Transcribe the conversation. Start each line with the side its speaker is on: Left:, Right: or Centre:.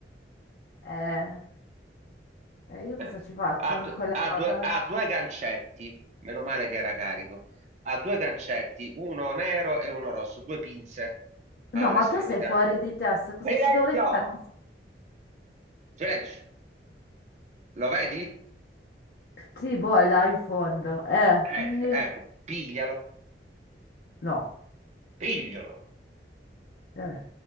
Left: Eh, eh, io
Right: Eh,
Left: cosa ci faccio
Right: ha,
Left: con
Right: d-
Left: quella
Right: ha
Left: roba?
Right: due, ha due gancetti, meno male che era carico. Ha due gancetti, uno nero e uno rosso, due pinze all'estremità.
Left: No, ma tu sei fuori di testa, cosa
Right: Silenzio!
Left: ci dovrei fare?
Right: Silenzio! Lo vedi?
Left: Sì, boh, è là in fondo, eh,
Right: Ecco,
Left: quindi
Right: ecco, piglialo,
Left: no.
Right: piglialo.
Left: Eh.